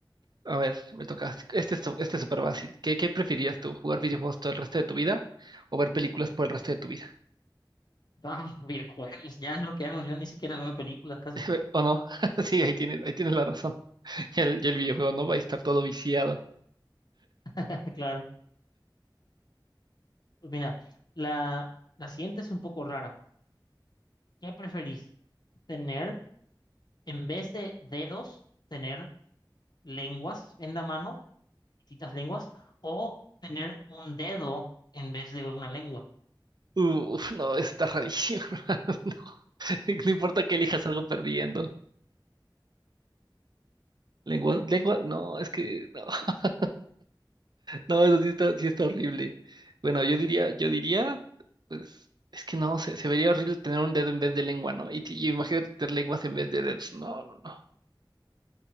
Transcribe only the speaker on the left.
Ah, <laughs> videojuegos, ya es lo que hago. Yo ni siquiera veo películas casi.
<laughs> Claro. Pues mira, la, la siguiente es un poco rara. ¿Qué preferís? ¿Tener, en vez de dedos, tener lenguas en la mano? distintas lenguas o tener un dedo en vez de una lengua.